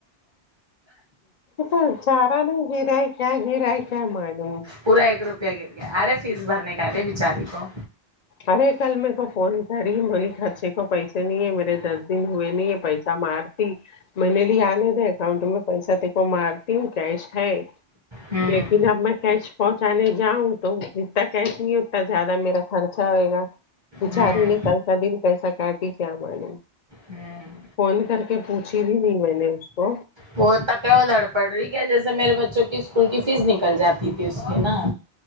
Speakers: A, on the left (about 55°); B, on the right (about 30°).
A: تو چارا نہیں گیرا ہے کیا گیرا ہے کیا معلوم
B: پورا ایک روپیہ گر گیا ارے فیس بھرنے کا ہے رے بچاری کو
A: ارے کل میرے کو فون کر رہی بولی خرچے کو پیسے نہیں ہے میرے دس دن ہوئے نہیں ہے پیسہ مار ٹھیک میں نے لیے آنے کا ہے اکاؤنٹ میں پیسہ دیکھو مارتی ہوں کیش ہے ل
B: ہوں
A: لیکن اب میں کیش پہنچانے جاؤں تو جتنا کیش نہیں اتنا زیادہ میرا خرچ چھا ہوئے گا بچاری
B: ہوں
A: نہیں کیسا دن کیسا کاٹی کیا معلوم
B: ہوں
A: فون کر کے پوچھی بھی نہیں میں نے اس کو
B: وہ کہ دڑ پڑ رہی کیا جیسے میرے بچوں کی اسکول کی فیس نکل جاتی تھی اس کی نا